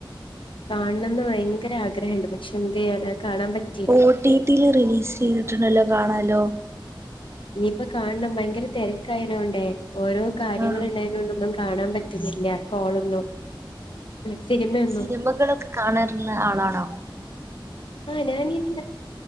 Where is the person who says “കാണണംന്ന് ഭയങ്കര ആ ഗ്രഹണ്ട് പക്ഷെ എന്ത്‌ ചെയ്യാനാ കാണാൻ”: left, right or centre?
Left